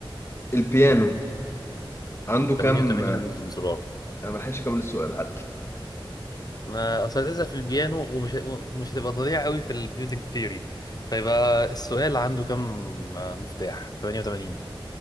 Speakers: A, on the left (about 30°); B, on the left (about 45°).
A: البيانو
B: قول لي
A: عنده
B: 88
A: كام
B: زرار
A: انا ما لحقتش اكمل السؤال حتى
B: ما اساتذه في البيانو ومش ومش هتبقى ضليع قوي في الميوزك ثيوري فيبقى السؤال عنده كم مفتاح 88